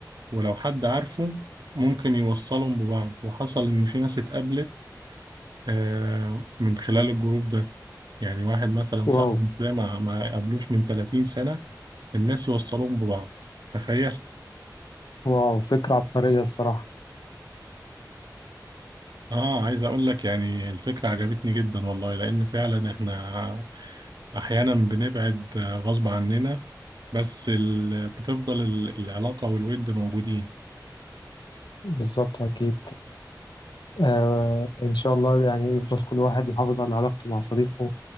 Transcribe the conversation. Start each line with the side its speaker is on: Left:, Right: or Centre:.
Right: ولو حد عارفه ممكن يوصلهم ببعض وحصل إن في ناس اتقابلت آه، من خلال الجروب ده يعني واحد مثلا صاحبي
Left: واو
Right: ده ما ما قابلوش من 30 سنة الناس يوصلوهم ببعض تخيل
Left: واو فكرة عبقرية الصراحة
Right: اه عايز اقول لك يعني الفكرة عجبتني جدا والله لان فعلا احنا احيانا بنبعد آه، غصب عننا بس ال... بتفضل ال- العلاقة والود موجودين
Left: بالظبط أكيد آه إن شاء الله يعني يفضل كل واحد محافظ على علاقته مع صديقه